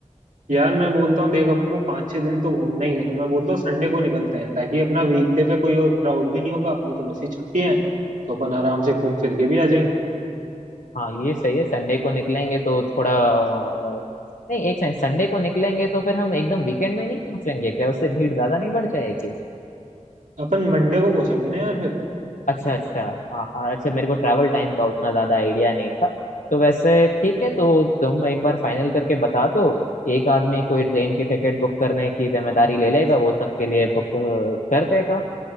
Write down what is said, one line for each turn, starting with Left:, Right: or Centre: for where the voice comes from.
Right: यार मैं बोलता हूँ देख अपन को पाँच छह दिन तो घूमना ही है तो मैं बोलता हूँ संडे को निकलते हैं ताकि अपना वीकडे पे कोई और क्राउड भी नहीं होगा अपनी तो वैसे ही छुट्टियां हैं तो अपन आराम से घूम फिर के भी आ जाएंगे
Left: हाँ ये सही है संडे को निकलेंगे तो थोड़ा अ, नहीं एक सेकंड संडे को निकलेंगे तो फिर हम एकदम वीकेंड में नहीं पहुंचेंगे क्या उससे भीड़ ज्यादा नहीं बढ़ जाएगी
Right: अपन मंडे को पहुंचेंगे ना यार फिर
Left: अच्छा अच्छा हाँ हाँ अच्छा मेरे को ट्रैवल टाइम का उतना ज्यादा आइडिया नहीं था तो वैसे ठीक है तो तुम एक बार फाइनल करके बता दो एक आदमी कोई ट्रेन की टिकट बुक करने की जिम्मेदारी ले लेगा वो सबके लिए बुक कर देगा